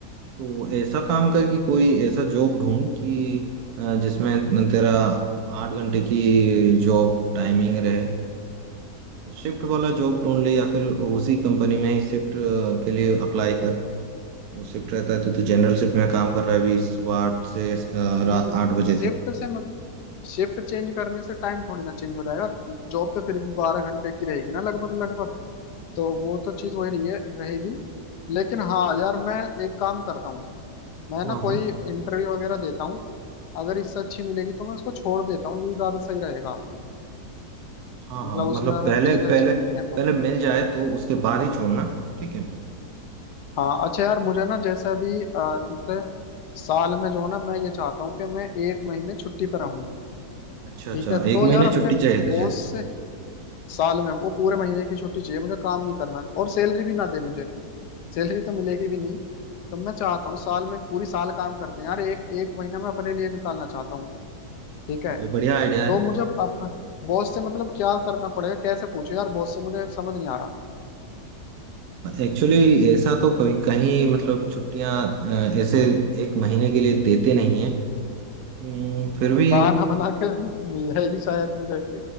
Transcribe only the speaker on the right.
तो ऐसा काम कर कि कोई ऐसा जॉब ढूंढ कि आ, जिसमें तेरा आठ घंटे की जॉब टाइमिंग रहे शिफ्ट वाला जॉब ढूंढ ले या फिर उसी कंपनी में ही शिफ्ट के लिए अप्लाई कर वो शिफ्ट रहता है तो तू जनरल शिफ्ट में काम कर रहा है अभी सुबह आठ से अ, रात
आठ बजे
तक
हाँ
हाँ
हाँ
हाँ
मतलब
पहले
पहले
पहले मिल जाए तो उसके बाद ही छोड़ना ठीक है
अच्छा अच्छा
एक महीने
छुट्टी चाहिए
तुझे
भाई बढ़िया आइडिया
है
एक्चुअली ऐसा तो कहीं कहीं मतलब छुट्टियां अ, ऐसे एक महीने के लिए देते नहीं है हम्म, फिर भी